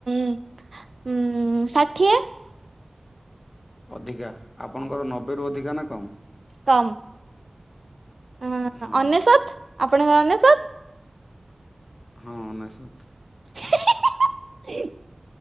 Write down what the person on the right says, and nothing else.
ଉ ଷାଠିଏ।
ତ। ହ
ଅନେଶତ ଆପଣଙ୍କର ଅନେଶତ।
<unintelligible>